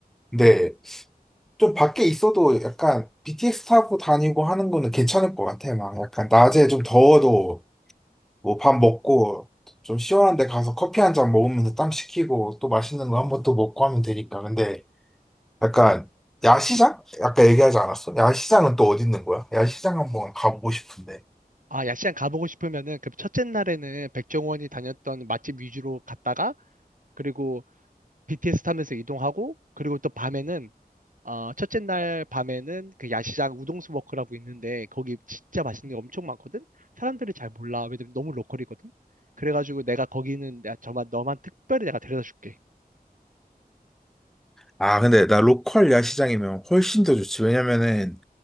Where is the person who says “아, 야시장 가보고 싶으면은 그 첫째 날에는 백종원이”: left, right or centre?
Right